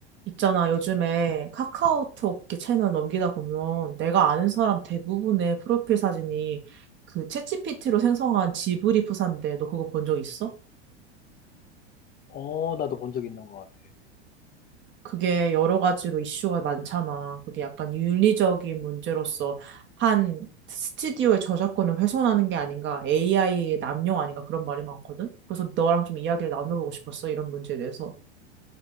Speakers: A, on the right (about 35°); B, on the left (about 25°).
A: 있잖아, 요즘에 카카오톡 이렇게 채널 넘기다 보면 내가 아는 사람 대부분의 프로필 사진이 그 챗GPT로 생성한 지브리 프사인데 너 그거 본 적 있어?
B: 어, 나도 본 적 있는 것 같아.
A: 그게 여러 가지로 이슈가 많잖아. 그게 약간 윤리적인 문제로서 한 스튜디오의 저작권을 훼손하는 게 아닌가, AI의 남용 아닌가 그런 말이 많거든? 그래서 너랑 좀 이야기를 나눠보고 싶었어, 이런 문제에 대해서.